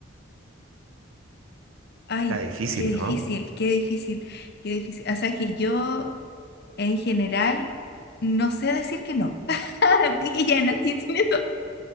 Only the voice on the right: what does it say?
Está difícil,
¿no?